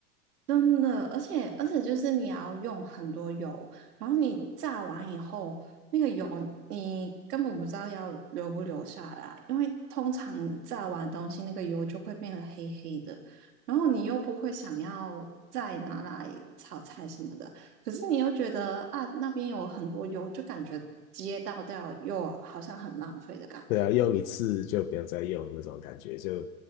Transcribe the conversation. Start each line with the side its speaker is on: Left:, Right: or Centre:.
Right: 真的，而且而且就是你要用很多油，然后你炸完以后，那个油你根本不知道要留不留下来，因为通常炸完东西那个油就会变得黑黑的，然后你又不会想要再拿来炒菜什么的，可是你又觉得啊那边有很多油，就感觉直接倒掉又好像很浪费的感觉。
Left: <laughs> 对啊，用一次就不要再用那种感觉，就